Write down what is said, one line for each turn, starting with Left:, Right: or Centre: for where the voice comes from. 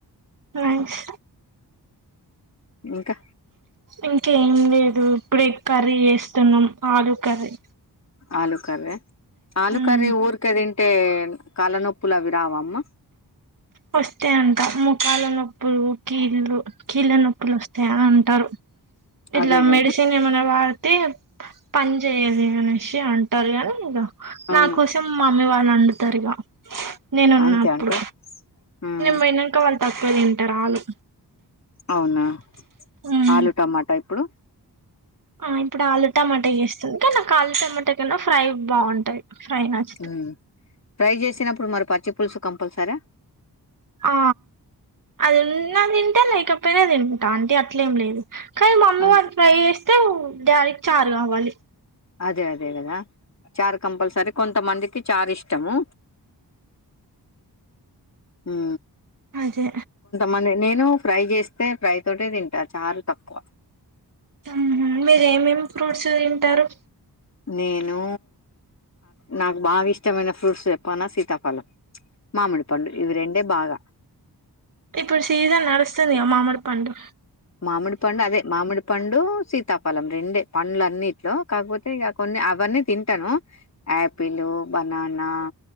Right: లైన్స్
Left: ఇంకా
Right: ఇంకేం లేదు ఇప్పుడే కర్రీ చేస్తున్నాం ఆలు కర్రీ
Left: ఆలు కరే ఆలుకర్రి
Right: ఉమ్
Left: ఊర్కె తింటే కాలనొప్పులు అవి రావమ్మ
Right: వస్తే అంటా ముఖాలనొప్పులు కీళ్ళు కీళ్ళ నొప్పులు వస్తాయా అని అంటారు ఇలా
Left: అదే కదా
Right: మెడిసిన్ ఏమైనా వాడితే పని చేయవు ఇగానుంచి అంటారు కదా మీరు
Left: అవును
Right: నా కోసం మమ్మీ వాళ్ళు వండుతారుగా నేనున్నప్పుడు
Left: అంతే అంటావ్ ఉమ్
Right: మేను పోనాక వాళ్ళు తక్కువ తింటారుళ్ళు ఆలు
Left: అవునా
Right: ఉమ్
Left: ఆలు టమాటా ఇప్పుడు
Right: ఆ ఇప్పుడు ఆలు టమాటా చేస్తుంది కానీ ఆలు టమాటా కన్నా ఫ్రై బాగుంటాయి ఫ్రై నచ్చ
Left: ఉ ఫ్రై చేసినప్పుడు మరి పచ్చి పులుసు కంపల్సరా
Right: ఆ అది ఉన్న తింటా లేకపోయినా తింటంటా అంటే అట్లేం లేదు కానీ మమ్మీ
Left: అంతే
Right: వాళ ఫ్రై చేస్తే డాడీకి చారు కావాలి
Left: అదే అదే కదా చార్ కంపల్సరీ కొంతమందికి చార్ ఇష్టము హూ
Right: అదే
Left: మళ్లీ నేను ఫ్రై చేస్తే ఫ్రై తోటే తింటా చారు తక్కువ
Right: ఉహు మీర ఏమేమి ఫ్రూట్స్ తింటారు
Left: నేను నాకు బాగా ఇష్టమైన ఫ్రూట్స్ చెప్పానా సీతాఫలం మామిడిపండు ఇవి రెండే బాగా
Right: ఇప్పుడు సీజన్ నడుస్తుంది గా మామిడిపండు
Left: మామిడి పండు అదే మామిడి పండు సీతాఫలెం రెండే పండ్లు అన్నిట్లో కాకపోతే ఇక కొన్ని అవన్నీ తింటాను యాపిల్ బనానా